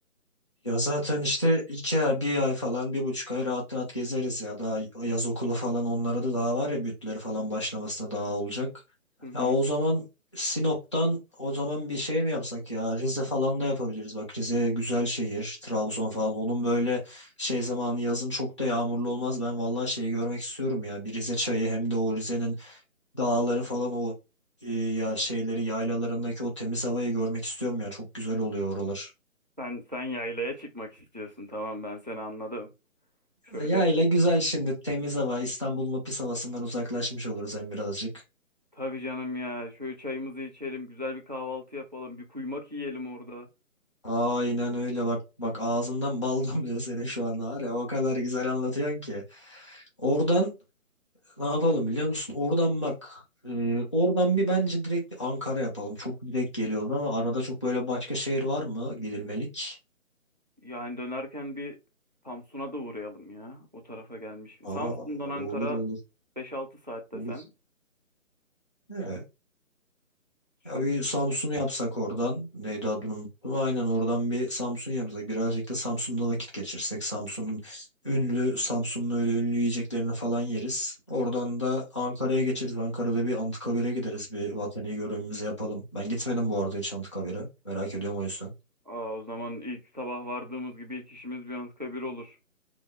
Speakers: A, on the left; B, on the right.
A: Ya zaten işte iki ay, bir ay falan, bir buçuk ay rahat rahat gezeriz ya. Daha yaz okulu falan onlara da daha var ya bütleri falan başlamasına daha olacak.
B: Hı hı.
A: Ya o zaman Sinop'tan o zaman bir şey mi yapsak ya? Rize falan da yapabiliriz. Bak Rize güzel şehir. Trabzon falan. Onun böyle şey zamanı yazın çok da yağmurlu olmaz. Ben vallahi şeyi görmek istiyorum ya. Bir Rize çayı hem de o Rize'nin dağları falan o e, ya şeyleri yaylalarındaki o temiz havayı görmek istiyorum ya. Çok güzel oluyor oralar.
B: Sen sen yaylaya çıkmak istiyorsun tamam ben seni anladım. Şöyle
A: Ya ile
B: bir
A: güzel şimdi temiz hava İstanbul'un o pis havasından uzaklaşmış oluruz hem birazcık.
B: tabii canım ya şöyle çayımızı içelim güzel bir kahvaltı yapalım bir kuymak yiyelim orada.
A: Aynen öyle bak bak ağzından bal <laughs> damlıyor senin şu anda var ya o kadar güzel anlatıyorsun ki. Oradan ne yapalım biliyor musun? Oradan bak e, oradan bir bence direkt bir Ankara yapalım. Çok direkt geliyoruz ama arada çok böyle başka şehir var mı gidilmelik?
B: Yani dönerken bir Samsun'a da uğrayalım ya. O tarafa gelmiş.
A: Aa
B: Samsun'dan Ankara
A: olur olur
B: beş altı saat desen.
A: olur. He,
B: Çünkü
A: Ya bir Samsun yapsak oradan. Neydi adını unuttum. Aynen oradan bir Samsun yapsak. Birazcık da Samsun'da vakit geçirsek. Samsun'un ünlü, Samsun'un öyle ünlü yiyeceklerini falan yeriz. Oradan da Ankara'ya geçeriz. Ankara'da bir Anıtkabir'e gideriz. Bir vatani görevimizi yapalım. Ben gitmedim bu arada hiç Anıtkabir'e. Merak ediyorum o yüzden.
B: Aa, o zaman ilk sabah vardığımız gibi ilk işimiz bir Anıtkabir olur.